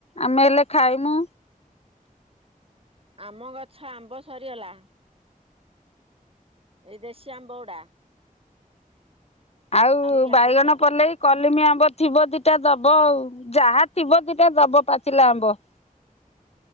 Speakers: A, on the left; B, on the right.
A: ଆମେ ହେଲେ ଖାଇମୁ।
B: ଆମ ଗଛ ଆମ୍ବ ସରିଗଲା। ଏଇ ଦେଶ୍ୟମ୍ ବଉଡ଼ା।
A: ଆଉ
B: ଇଆଡୁ
A: ବାଇଗଣ
B: ସିଆଡୁ
A: ପଲେଇ। କଲିମି ଆମ୍ବ ଥିବ ଦିଟା ଦବ ଆ ଯାହା ଥିବ ଦିଟା ଦବ ପାଚିଲା ଆମ୍ବ।